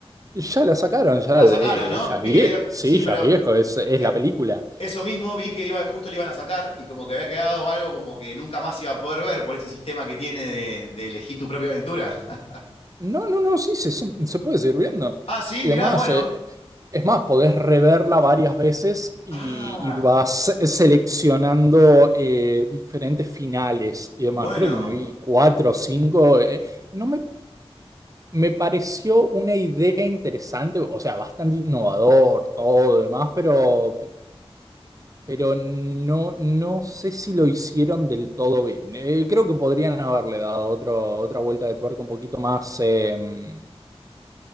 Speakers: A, on the right; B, on the left.
A: ya la sacaron, ya,
B: La
A: eh,
B: sacaron, ¿no?
A: ya es
B: Vi
A: viejo,
B: que la iba...
A: sí,
B: Sí,
A: ya
B: pero
A: es viejo, es, es
B: eh,
A: la película.
B: eso mismo vi que iba, justo la iban a sacar y como que había quedado algo como que nunca más iba a poder ver por ese sistema que tiene de, de elegir tu propia aventura. <laughs>
A: No, no, no, sí, se, se- se puede seguir viendo.
B: Ah, sí,
A: Y
B: mirá,
A: además,
B: bueno.
A: eh, es más, podés reverla varias veces y,
B: Ah,
A: y vas seleccionando eh, diferentes finales y demás.
B: bueno.
A: Creo que me vi cuatro o cinco. eh. No me, me pareció una idea interesante, o sea, bastante innovador, todo demás, pero, pero no, no sé si lo hicieron del todo bien. Eh, creo que podrían haberle dado otro, otra vuelta de tuerca un poquito más. em,